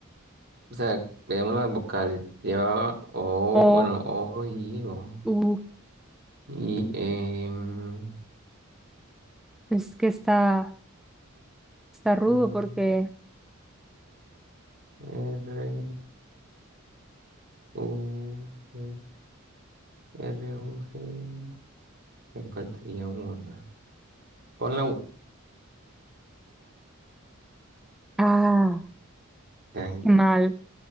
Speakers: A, on the right; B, in the centre.
A: O sea, veamos las vocales. Llevaba O,
B: O,
A: bueno, O, I, O.
B: U.
A: Y, em,
B: Es que está, está rudo
A: am,
B: porque.
A: R, U, G, R, U, G. Me faltaría una. Pon la U.
B: Ah,
A: Ay,
B: qué mal.